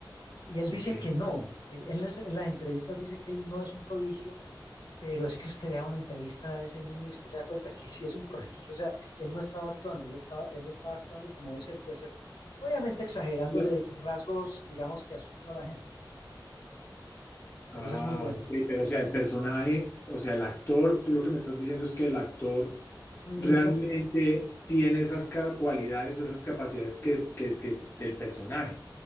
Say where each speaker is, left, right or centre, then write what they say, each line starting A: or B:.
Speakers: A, on the left; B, on the left.
A: Y él dice
B: ok.
A: que no, él, él en las en las entrevistas dice que él no es un prodigio, Pero es que usted vea una entrevista de ese niño y usted se da cuenta que sí es un <laughs> prodigio, o sea, él no estaba actuando, él estaba, él estaba actuando como es él, pues cierto. Obviamente exagerándole
B: Ya.
A: rasgos, digamos, que asustan a la gente, pero
B: Ah,
A: esa es muy buena.
B: ok, pero o sea, el personaje, o sea, el actor, tú lo que me estás diciendo es que el actor
A: Es un
B: realmente
A: niño,
B: tiene esas ca- cualidades o esas capacidades que, que- que- del personaje.